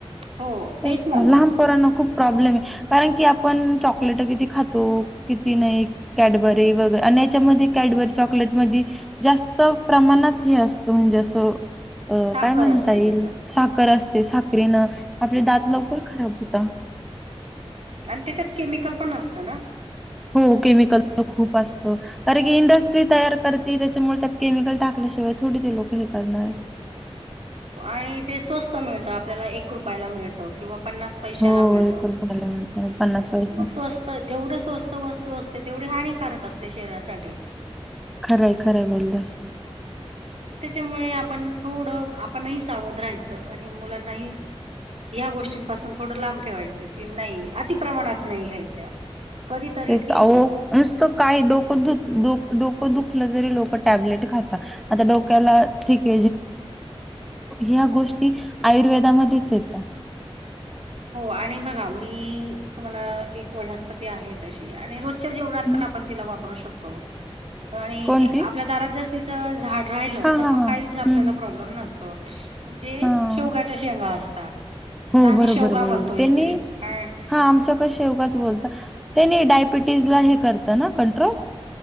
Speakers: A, on the right; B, in the centre.
A: हो तेच
B: त
A: ना मग
B: लहान पोरांना खूप प्रॉब्लेम आहे कारण की आपण चॉकलेट किती खातो किती नाही कॅडबरी व... आणि याच्यामध्ये कॅडबरी चॉकलेट म जास्त प्रमाणात हे असतं म्हणजे असं.. अ
A: साखर
B: काय म्हणता
A: असते
B: येईल
A: त्याच्यात
B: साखर असते साखरीनं.. आपले दात लवकर खराब होता...
A: ह् आणि त्याच्यात केमिकल पण असतं ना..
B: हो.. केमिकल पण खूप असतं कारण इंडस्ट्री तयार करते त्याच्यामुळे त्याच्यात केमिकल टाकल्याशिवाय थोडं.... ते लोक हे करणार..
A: आणि ते स्वस्त मिळतं आपल्याला एक रुपयाला मिळतं किंवा... पन्नास पैशा
B: हो,
A: मिळत
B: ला मिळत नाही. पैसे.
A: स्वस्त जेवढ स्वस्त वस्त.. असते तेवढी हानिकक असते शरीरासाठी...
B: खरंय खरं बोललं...
A: हम्म त्याच्यामुळे आपण थोडं आप... आपणही सावध राहायचं आणि मुलांनाही... ह्या गोष्टींपासून थोडं लांब ठेवायचं की नाही अति प्रमाणात नाही घ्यायच्या... कधीतरी
B: तेस
A: ठीक
B: नसत
A: आहे
B: काही डोक डुक.. डोकं दुखलं तरी लोक टॅबलेट वगैरे खातात. ह गोष्टी आयुर्वेदामध्येच येतात..
A: हो आणि बघा मी तुम्हाला एक वनस्पती आहे तशी आणि रोजच्या जेवणत
B: हं,
A: पण... आपण तिला वापरू शकतो... आणि
B: कोणती?
A: एक आपल्या दारात जर तिचं झाड राहिलं
B: हां,
A: तर
B: हां,
A: मग
B: हां.
A: काहीच आपल्याला
B: हं, हं.
A: प्रॉब्लेम नसतो. म्हणजे
B: हां.
A: शेवग्याच्या शेंगा असता.
B: हो
A: आता आम्ही
B: बरोबर
A: शेवगा
B: बरोबर
A: म्हणतो इकडे
B: त्यांनी
A: ह
B: हा आमच्याक शेवगाच बोलता. तेनी डायबिटीजला हे करत ना कंट्रोल..